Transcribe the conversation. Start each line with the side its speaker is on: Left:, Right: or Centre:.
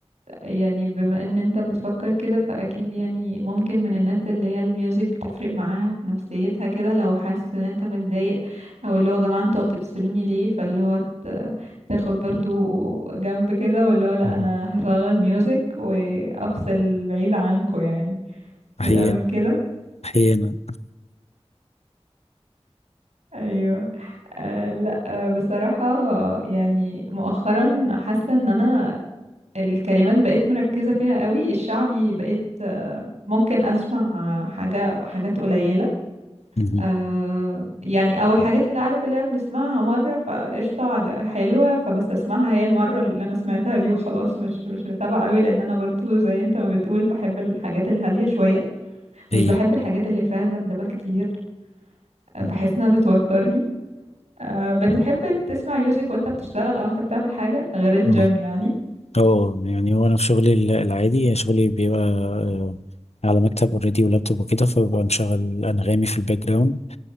Right: يعني بما ان انت بتفكر كده فاكيد يعني ممكن من الناس اللي هي الميوزك بتفرق معاها في نفسيتها كده لو حاسس ان انت متضايق او اللي هو يا جماعه انتوا هتفصلوني ليه فاللي هو ت- تاخد برضو جنب كده واللي هو لا
Left: مهم.
Right: انا هشغل ميوزك وافصل بعيد عنكم يعني بتعمل
Left: احيانا
Right: كده
Left: احيانا
Right: ايوه آه لا آه بصراحه يعني مؤخرا حاسه ان انا الكلمات بقيت مركزة فيها قوي الشعبي بقيت آه، ممكن أسمع آه، حاجة حاجات قليلة
Left: مهم.
Right: آه، يعني أو الحاجات اللي عارف اللي هي بنسمعها مرة فقشطة عج- حلوة فبستسمعها هي المرة اللي أنا سمعتها دي وخلاص مش مش متابعة قوي لأن أنا برضو زي أنت ما بتقول بحب الحاجات الهادية شوية مش
Left: هي
Right: بحب الحاجات اللي فيها دبدبة كتير آه،
Left: مهم.
Right: بحس إنها بتوترني آه، بتحب تسمع ميوزك وأنت بتشتغل أو أنت بتعمل حاجة غير الجيم
Left: اه
Right: يعني
Left: اه يعني هو انا في شغلي ال- العادي يعني شغلي بيبقى آه، على مكتب اوريدي ولابتوب وكده فببقى مشغل انغامي في الباك جراوند